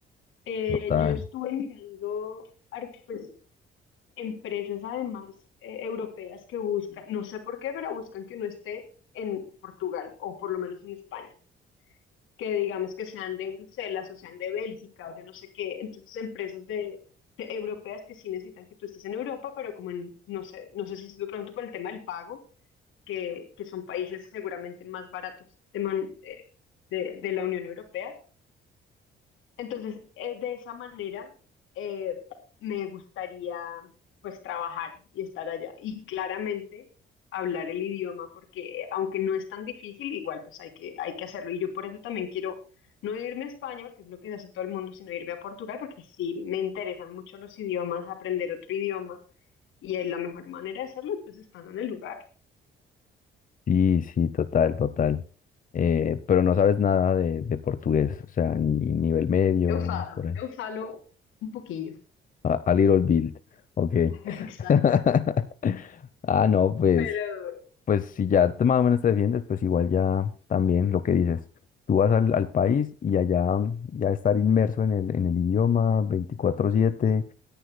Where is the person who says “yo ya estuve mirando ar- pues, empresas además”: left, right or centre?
Left